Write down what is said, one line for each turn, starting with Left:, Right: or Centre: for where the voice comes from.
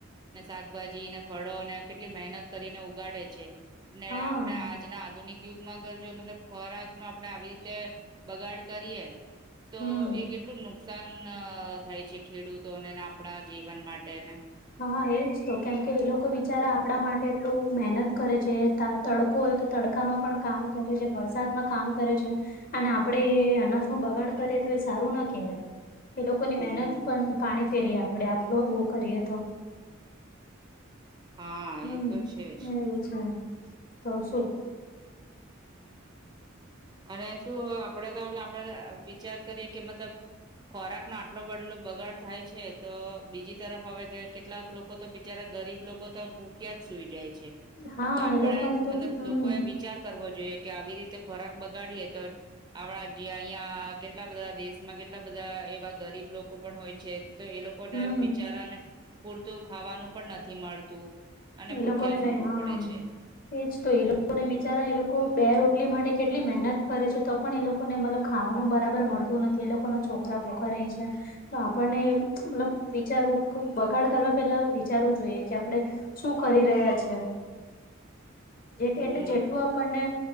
Right: ને શાકભાજી ને ફળો ને કેટલી મહેનત કરીને ઉગાડે છે. ને
Left: હા
Right: આપડે આજના આધુનિક યુગમાં ઘર જો મતલબ ખોરાક નો આપડે આવી રીતે બગાડ કરીએ તો
Left: હમ
Right: એટ કેટલું નુકસાન થાય છે ખેડૂતોને ને આપણા જીવન માટેને.
Left: હા એજ તો કેમ કે એ લોકો બિચારા આપણા માટે એટલું મહેનત કરે છે. તડકો હોય તો તડકામાં પણ કામ કરે છે વરસાદમાં કામ કરે છે. અને આપડે એ અનાજ નું બગાડ કરે તો એ સારું ના કેહેવાય. એ લોકોની
Right: હમ
Left: મહેનત પણ પાણી ફેરીએ આપડે આપડે એવું કરીએ તો.
Right: હા
Left: હમ
Right: એ તો છે જ
Left: એ છે તો શું.
Right: અને શું આપડે તો આપડે વિચાર કરીએે કે મતલબ. ખોરાક નો આટલો બદલો બગાડ થાય છે તો બીજી તરફ હવે કેટલાક લોકો તો બિચારા ગરીબ લોકો તો ભૂખ્યા જ સુઈ જાય છે.
Left: હા
Right: તો આપણે
Left: એ લોકોને તો
Right: મતલબ
Left: હમ
Right: લોકોએ વિચાર કરવો જોઈએ કે આવી રીતે ખોરાક બગાડીએ તો આપણા જ્યા અહિયા કેટલા બધા દેશમાં કેટલા બધા એવા ગરીબ લોકો પણ હોય છે તો એ લોકોને
Left: હમ
Right: બિચારાને પૂરતું ખાવાનું પણ નથી મળતું. અને
Left: એ
Right: ભૂખ્યા
Left: લોકોને
Right: સુવું
Left: નહી હા
Right: પડે છે.
Left: એજ તો એ લોકોને બિચારા એ લોકો બે રોટલી માટે કેટલી મહેનત કરે છે તો પણ એ લોકો લોકોને મતલબ ખાવાનું બરાબર મળતું નથી એ લોકો ના છોકરા ભૂખા રહે છે તો આપણને મતલબ વિચારવું બગાડ કરવા પેલા વિચારવું જોઈએ કે આપણેે શું કરી રહ્યા છે. જે
Right: હમ
Left: એટલે જેટલું પણને